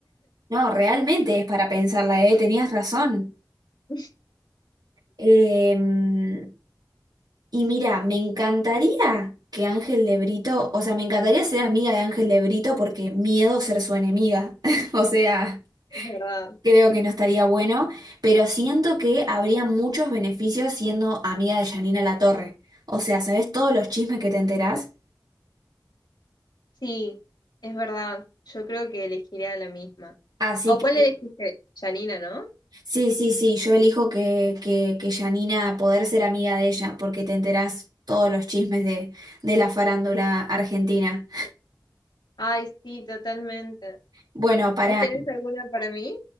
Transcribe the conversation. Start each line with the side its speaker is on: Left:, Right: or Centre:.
Right: no, realmente es para pensarla, ¿eh? Tenías razón.
Left: <laughs>
Right: Em, y mira, me encantaría que Ángel de Brito, o sea, me encantaría ser amiga de Ángel de Brito porque miedo ser su enemiga. <laughs> O sea,
Left: Es verdad.
Right: creo que no estaría bueno, pero siento que habría muchos beneficios siendo amiga de Janina Torre. O sea, ¿sabes todos los chismes que te enterás?
Left: Sí, es verdad. Yo creo que elegiría la misma.
Right: Así
Left: ¿O
Right: que
Left: cuál elegiste? Janina, ¿no?
Right: Sí, sí, sí, yo elijo que, que, que Janina poder ser amiga de ella, porque te enterás todos los chismes de, de la farándula argentina.
Left: Ay, sí, totalmente.
Right: Bueno, para,
Left: ¿Vos tenés alguna para mí?